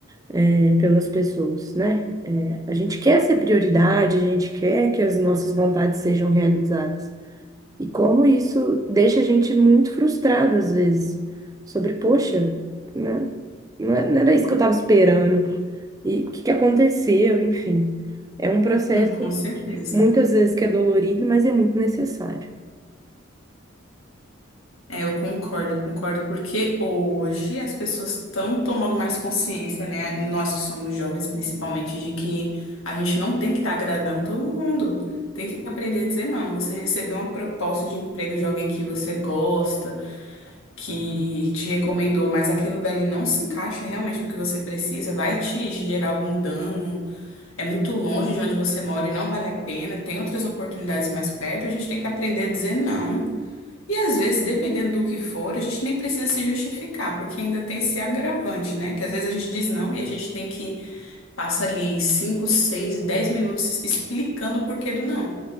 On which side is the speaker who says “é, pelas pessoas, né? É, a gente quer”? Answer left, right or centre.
Right